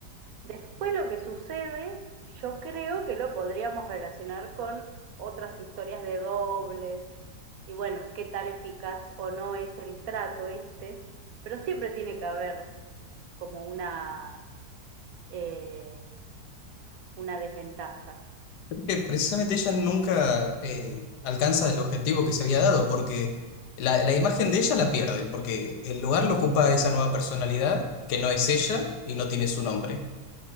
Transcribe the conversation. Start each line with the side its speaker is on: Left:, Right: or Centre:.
Right: Después lo que sucede, yo creo que lo podríamos relacionar con otras historias de dobles y bueno, qué tan eficaz o no es el trato este, pero siempre tiene que haber como una, eh, una desventaja.
Left: Que precisamente ella nunca eh, alcanza el objetivo que se había dado, porque la, la imagen de ella la pierde, porque el lugar lo ocupa esa nueva personalidad que no es ella y no tiene su nombre.